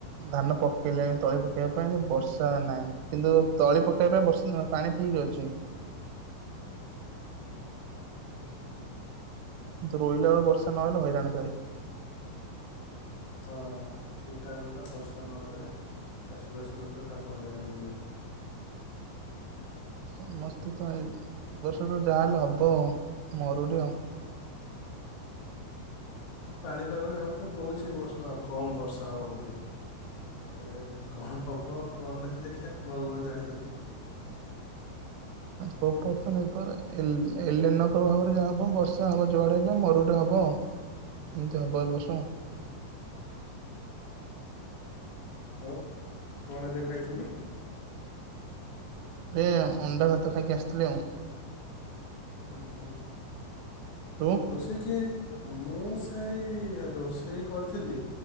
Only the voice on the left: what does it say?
ହୁ ହୁ।
ହଁ ଠିକ୍ ଟାଇମ୍ର ସାର୍ ବର୍ଷା ନହେଲେ ଚାଷୀ ବାସି ଲୋକ ସବୁ ହଇରାଣ ହେଇଯିବେ।
ପାଣିପାଗ ଯେହେତୁ କହୁଛି ବର୍ଷ କମ୍ ବର୍ଷା ହେବ ବୋଲି। ତ କଣ ହେବ କଣ ନାହିଁ ଦେଖିବା ଭଗବାନ ଜାଣିଛନ୍ତି।
<unintelligible>
ହଉ କଣ ଏବେ ଖାଇଥିଲୁ
ହୁ ହୁଁ
ରୋଷେଇ କିଏ? ମୁଁ ସେଇ ରୋଷେଇ କରିଥିଲି